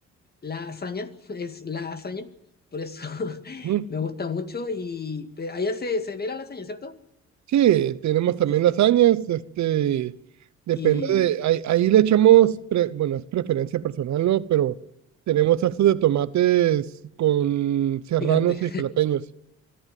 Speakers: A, on the left; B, on the right.
A: La lasaña <laughs> es la lasaña. Por eso <laughs>
B: Ujú.
A: me gusta mucho. Y pero allá se, se ve la lasaña, ¿cierto?
B: Sí, tenemos también
A: Sí.
B: lasañas, este, depende
A: Y
B: de, ahí, ahí le echamos, pre- bueno, es preferencia personal, ¿no? Pero tenemos salsas de tomates con serranos
A: picante.
B: y jalapeños.